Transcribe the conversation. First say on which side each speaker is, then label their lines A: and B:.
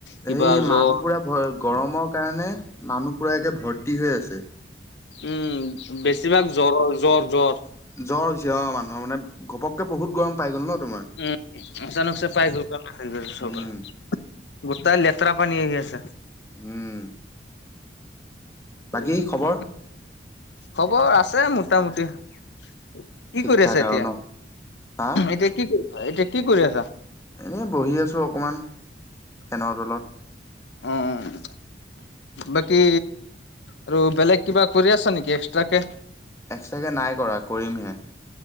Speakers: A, on the left; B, on the left.
A: কিবা
B: এই
A: জ্বৰ
B: মানুহ পুৰা ভ গৰমৰ কাৰণে মানুহ পুৰাে একে ভৰ্তি হৈ আছে।
A: উম, বেছিভাগ জ্বৰৰ জ্বৰ জ্বৰ।
B: জ্বৰ হৈছে অ', মানুহৰ মানে ঘপকে বহুত গৰম পাই গ'ল ন'। তোমাৰ
A: উম, অচানক <unintelligible>
B: উম
A: গোটাই লেতেৰা পানী আহি আছে।
B: উম। বাকী
A: <unintelligible>
B: খবৰ
A: খবৰ আছে মোটামুটি। কি
B: ঠিক
A: কৰি
B: ঠাক
A: আছা এতিয়া
B: আৰু ন হা
A: এতিয়া কি কৰি এতিয়া কি কৰি আছা?
B: এনেই বহি আছোঁ অকণমান ফেনৰ তলত।
A: অ'। বাকী আৰু বেলেগ কিবা কৰি আছা নেকি এক্সট্ৰাকে?
B: এক্সট্ৰাকৈ নাই কৰা কৰিমহে।